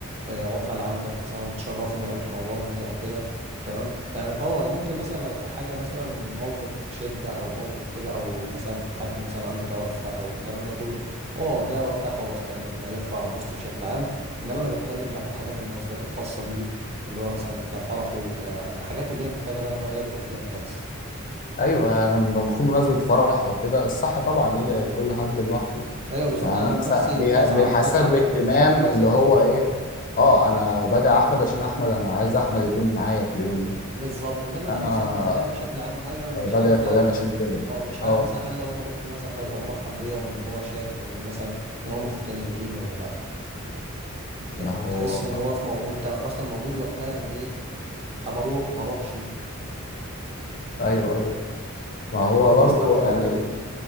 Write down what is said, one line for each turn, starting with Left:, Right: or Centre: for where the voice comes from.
Right: آه، عقبال عندك مثلا وتشرفني او تنورني او كده تمام يعني اه ممكن مثلا لو في حاجه مثلا موقف شده او موقف كده او مثلا حد مثلا عنده توفى او الكلام ده كله اه ده وقتها خلاص تمام هيرفع بوست بشكل عام انما انا بتكلم بقى في الحاجات المناسبات الخاصه بيه اللي هو مثلا كفرحه كالحاجات اللي هي محتاجه بقى ان هو يدعي فيها الناس
Left: ايوه يعني لما بكون مناسبه فرح او كده الصح طبعا يدعي كل حد لوحده
Right: ايوه بالظبط
Left: يعني
Right: انا
Left: انا
Right: عن
Left: مثلا
Right: نفسي
Left: بي-
Right: بزعل
Left: بيحسسك
Right: بزعل
Left: باهتمام
Right: لما بشوف حاجه
Left: اللي
Right: زي كده
Left: هو
Right: اه
Left: ايه اه انا بدعي احمد عشان احمد انا عايز احمد يكون معايا في اليوم ده
Right: بالظبط انما انا
Left: انا
Right: مثلا انا داعي بشكل عام هل انا
Left: بدعي
Right: مش عارف
Left: فلان
Right: بقى
Left: عشان كده
Right: اه مش
Left: اه
Right: عارف مثلا هل لو انا رحت مثلا هبقى مرحب بيا وان هو شايف ان مثلا ان هو المفروض كان يدعيني ولا لا
Left: ما
Right: يعني
Left: هو
Right: بتحس ان هو في مو... انت اصلا موجود وقتها يعني ايه طب اروح ما اروحش
Left: ايوه ايوه
Right: يعني
Left: ما هو
Right: الواحد
Left: برضو
Right: بيستبوخ
Left: يعني
Right: الحاجه دي